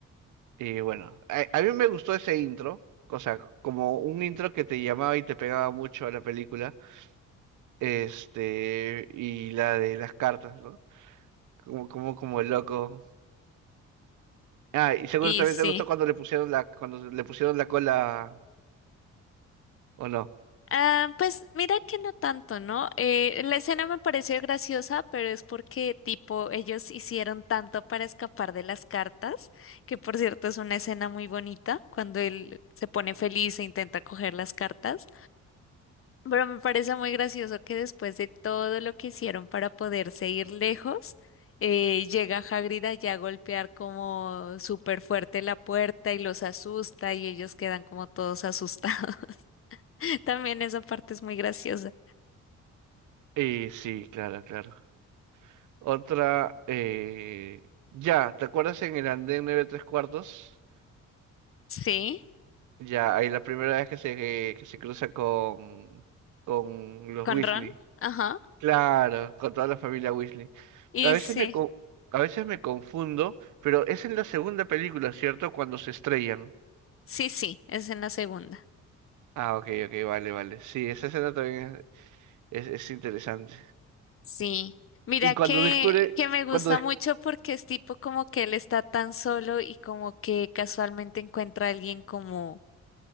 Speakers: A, on the right; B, on the left.
A: y bueno, a, a mí me gustó ese intro, o sea, como un intro que te llamaba y te pegaba mucho a la película, este, y la de las cartas, ¿no? Como, como, como el loco. Ah, y seguro
B: Y
A: también
B: sí.
A: te gustó cuando le pusieron la, cuando le pusieron la cola, ¿o no?
B: Ah, pues mira que no tanto, ¿no? Eh, la escena me pareció graciosa, pero es porque tipo ellos hicieron tanto para escapar de las cartas, que por cierto es una escena muy bonita cuando él se pone feliz e intenta coger las cartas, pero me parece muy gracioso que después de todo lo que hicieron para poderse ir lejos, eh, llega Hagrid allá a golpear como súper fuerte la puerta y los asusta y ellos quedan como todos asustados. <laughs> También esa parte es muy graciosa.
A: Y sí, claro, claro. Otra, eh, ya, ¿te acuerdas en el andén 9 3 cuartos?
B: Sí,
A: Ya, ahí la primera vez que se, que se cruza con, con los
B: con
A: Weasley.
B: Ron, ajá.
A: Claro, con toda la familia Weasley.
B: Y
A: A veces
B: sí,
A: me, co- a veces me confundo, pero es en la segunda película, ¿cierto? Cuando se estrellan.
B: sí, sí, es en la segunda.
A: Ah, ok, ok, vale, vale. Sí, esa escena también es, es, es interesante.
B: Sí. Mira
A: Y cuando
B: que,
A: descubre,
B: que me gusta
A: cuando des-
B: mucho porque es tipo como que él está tan solo y como que casualmente encuentra a alguien como